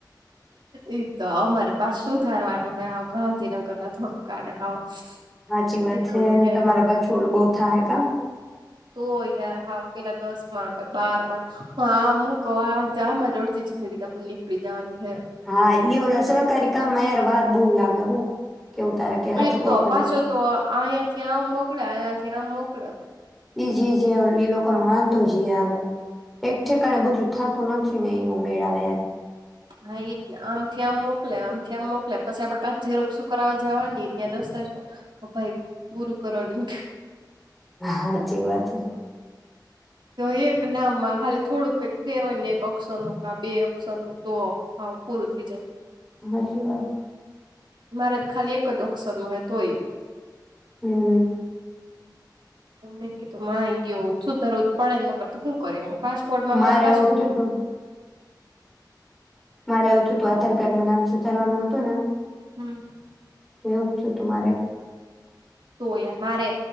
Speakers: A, on the right; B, in the centre.
A: એ તો અમારી પાસ સુું ધારવાનું હોય, અવ ગાંધીનગરના ધક્કાને હાવ.
B: હાચી વાત
A: કેટલું
B: છે,
A: હે
B: તમારા
A: હાવ
B: પાહે છોલ બઉ થાહે કાં?
A: તો યાર, હાવ પેલા દસમાં પછી બારમાં હા, મું કઉ આડ જામજ દોડતી જિંદગી તો આપડી નીકળી જાવાની.
B: હા, ઈ ઓલા સરકારી કામમાં યાર વાત બોઉ લાગે હું. કેવું તારે કે સાચું
A: ઈજ
B: કવું
A: તો
B: કે
A: પાછો
B: નહીં?
A: તો આંઈયાથી આમ મોકલ્યા આંયાથી ત્યાં મોકલવ
B: ઈજ ઈજ એ ઈ લોકોનો વાંધો જ ઈ આવે, એક ઠેકાણે બધું થાતું નથી ને એનું મેળા આવે યાર.
A: હા ઈ તો આમથી આમ મોકલે, આમથી આમ મોકલે, પસી આપડે પાંચ ઝેરોક્ષું કરવવા જાવાની ન ન્યાં દસ્તાવેજ, ભાઈ પૂરું કરો ન
B: હાચી વાત છે.
A: તો એક નામમાં ખાલી થોડુંક કંઈક ફેર હોય ને એક અક્ષરનું કાં બે અક્ષરનું તો હાવ પૂરું થઈ જાય.
B: હાચી વાત.
A: મારે ત ખાલી એક જ અક્સર ન હોય તોય.
B: હમ્મ.
A: મે કીધું માયગયો સુધારવુ જ પડે નકર તો હું કરીય પાસપોર્ટમાં અમારે
B: મારે
A: પાસુ
B: એવું થયું તું મારે એવું થયું તું આધાર કાર્ડમાં નામ સુધારવાનું હતું ને.
A: હમ્મ
B: એવુજ થિયું તું મેરે
A: તો યાર મારે